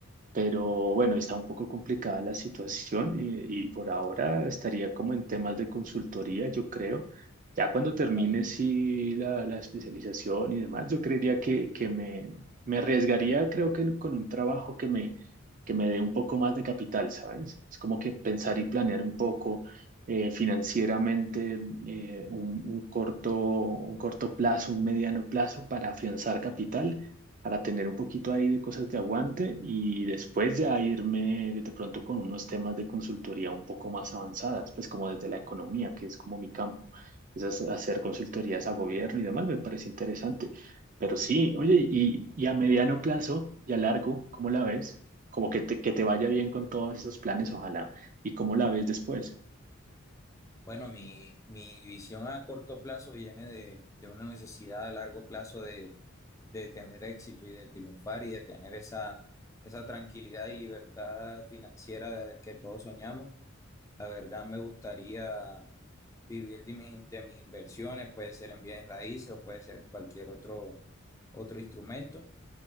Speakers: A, on the right; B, on the left.
A: Pero bueno, está un poco complicada la situación y, y por ahora estaría como en temas de consultoría, yo creo. Ya cuando termine
B: ¿vale?
A: sí, la, la especialización y demás, yo creería que, que me, me arriesgaría, creo que con un trabajo que me, que me dé un poco más de capital, ¿sabes? Es como que pensar
B: Ujú.
A: y planear un poco eh, financieramente eh, un, un corto, un corto plazo, un mediano plazo para afianzar capital para tener un poquito ahí de cosas de aguante y después ya irme de pronto con unos temas de consultoría un poco más avanzadas, pues como desde la economía, que es como mi campo, esas hacer consultorías a gobierno y demás, me parece interesante. Pero sí, oye, y, y a mediano plazo y a largo, ¿cómo la ves? Como que te, que te vaya bien con todos esos planes, ojalá. ¿Y cómo la ves después?
B: Bueno, mi, mi visión a corto plazo viene de, de una necesidad a largo plazo de, de tener éxito y de triunfar y de tener esa, esa tranquilidad y libertad financiera que todos soñamos La verdad me gustaría vivir de mis, de mis inversiones, puede ser en bienes raíces o puede ser en cualquier otro, otro instrumento.